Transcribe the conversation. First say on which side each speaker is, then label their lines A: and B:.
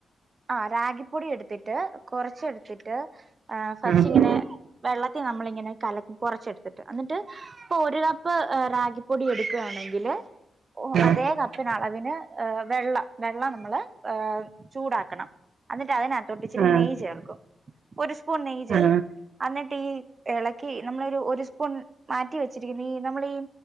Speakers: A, on the right; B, on the right.
A: ആ റാഗിപ്പൊടി എടുത്തിട്ട് കുറച്ച് എടുത്തിട്ട് ഫസ്റ്റ്
B: അതെ
A: ഇങ്ങനെ വെള്ളത്തി നമ്മളിങ്ങനെ കലക്കും കുറച്ചെടുത്തിട്ട് എന്നിട്ട് ഇപ്പൊ ഒരു കപ്പ് റാഗിപ്പൊടി എടു <unintelligible> ല്ല ഓ
B: ആ ആ
A: അതേ കപ്പിനളവിന് ഏ വെള്ളം വെള്ളം നമ്മൾ ഏ ചൂടാക്കണം എന്നിട്ട് അതിന തൊട്ടിച്ചിരി
B: ആ
A: നെയ്യ് ചേർക്കും ഒരു ഉണ്ടെങ്കി ചേർക്കും
B: ആ
A: എന്നിട്ട് ഇ ഇളക്കി നമ്മളൊരു ഒരു സ്പൂൺ മാറ്റി വെച്ചിരിക്കുന്ന ഇ നമ്മളീ